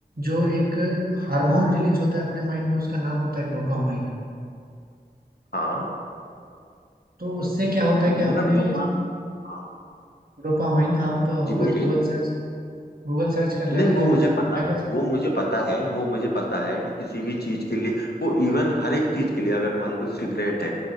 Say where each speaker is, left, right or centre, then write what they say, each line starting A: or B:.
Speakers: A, on the right; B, on the left.
A: जो एक हार्मोन रिलीज होता है अपने माइंड में उसका नाम होता है डोपामाइन
B: हाँ
A: तो उससे क्या होता है
B: मतलब
A: कि आपने
B: डोपाम हाँ
A: डोपामाइन आप
B: जी
A: होगा
B: बोलिए
A: तो गूगल सर्च गूगल सर्च कर
B: नहीं
A: लेना
B: वो
A: या
B: मुझे
A: फिर आपको
B: पता
A: पहले
B: वो मुझे पता है वो मुझे पता है कि किसी भी चीज के लिए वो इवन हर एक चीज के लिए अगर मान लो सिगरेट है